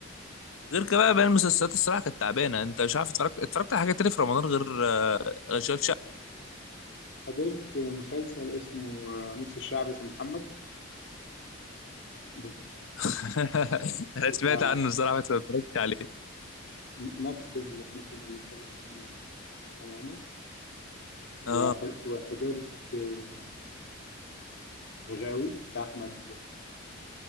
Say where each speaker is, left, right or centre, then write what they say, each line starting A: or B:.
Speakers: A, on the left; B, on the left.
A: غير كده بقى باقي المسلسلات الصراحه كانت تعبانه انت مش عارف اتفرجت اتفرجت على حاجه تانية في رمضان غير آه، غير اشغال شقه
B: حضرت مسلسل اسمه آه، نص الشعب اسمه محمد بت-
A: <laughs> انا
B: بتاع
A: سمعت عنه الصراحه بس ما اتفرجتش عليه
B: نفس اللي احنا كنا بنتكلم عنه عصام عمر
A: اه
B: وح- وحضرت آه، غاوي بتاع احمد